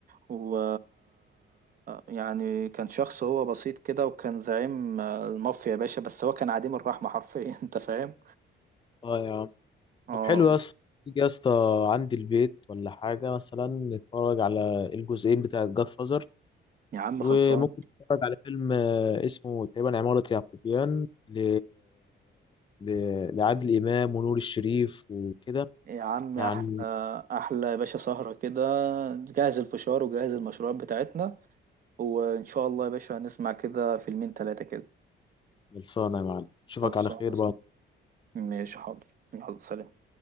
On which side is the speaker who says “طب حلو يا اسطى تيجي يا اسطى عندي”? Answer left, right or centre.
Left